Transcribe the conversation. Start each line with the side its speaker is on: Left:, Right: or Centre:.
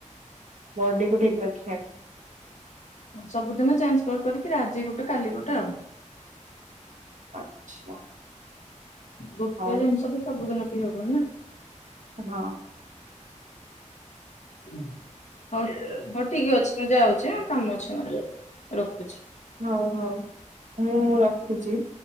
Right: ବଡିକୁ ଠିକ୍ ରଖିଆ।
Left: ସବୁଦିନ ଚେଞ୍ଜ କରିକରି କରି ଆଜି ଗୋଟେ କାଲି ଗୋଟେ ଆଉ।
Right: ଆଚ୍ଛା।
Left: ଗୋଟେ
Right: ହଉ
Left: ଜିନିଷ ତ ସବୁଦିନ ଦି ହବନା
Right: ହଁ।
Left: ହୁଁ ହଉ ହଉ ଠିକ୍ ଅଛି ମୁଁ ଯାଉ ଯେ କାମ ଅଛି ମୋର ରଖୁଛି।
Right: ହଉ ହଉ ମୁଁ ରଖୁଛି।